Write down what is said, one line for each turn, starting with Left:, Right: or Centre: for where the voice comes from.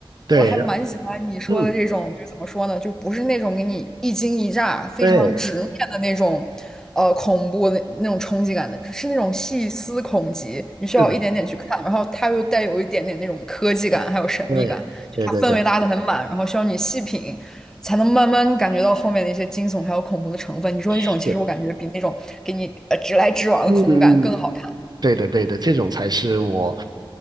Right: 对，
Centre: 我还蛮喜欢你说的这种，
Right: 然嗯，
Centre: 就怎么说呢，就不是那种给你一惊一乍、非常直面的那种，
Right: 对，
Centre: 呃，恐怖的那种冲击感的，是那种细思恐极，你需要一点点去看，
Right: 是的，
Centre: 然后它又带有一点点那种科技感，还有神秘感，
Right: 对，
Centre: 就它氛围拉的很满，
Right: 对对对，
Centre: 然后需要你细品，才能慢慢感觉到后面的一些惊悚还有恐怖的成分。你说这种，
Right: 是的
Centre: 其实我感觉比那种给你呃直来直往的恐怖感更好看。
Right: 嗯嗯。对的，对的，这种才是我